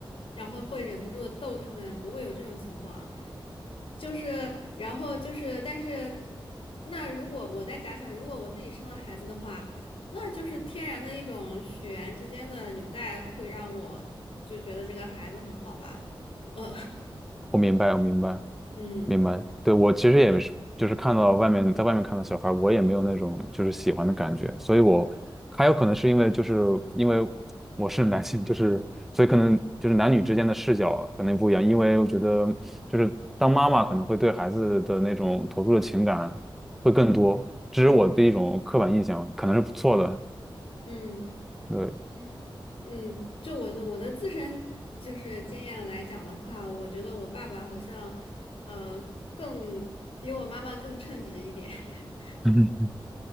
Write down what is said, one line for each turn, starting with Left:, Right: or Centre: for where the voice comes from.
Left: 然后会忍不住的逗他们，不会有这种情况。就是，然后就是，但是那如果我在假想，如果我自己生了孩子的话，那就是天然的一种血缘之间的纽带，会让我就觉得这个孩子很好吧，呃，
Centre: 我明白，我明白，
Left: <laughs> 嗯。
Centre: 明白。对，我其实也是，就是看到外面，在外面看到小孩儿我也没有那种就是喜欢的感觉，所以我还有可能是因为就是因为我是男性，就是所以可能就是男女之间的视角可能不一样，因为我觉得就是当妈妈可能会对孩子的那种投入的情感会更多，这是我的一种刻板印象，
Left: 嗯
Centre: 可能是不错的。
Left: 嗯
Centre: 对，
Left: 嗯嗯，就我的我的自身就是经验来讲的话，我觉得我爸爸好像呃更比我妈妈更称职一点。<laughs>
Centre: <laughs>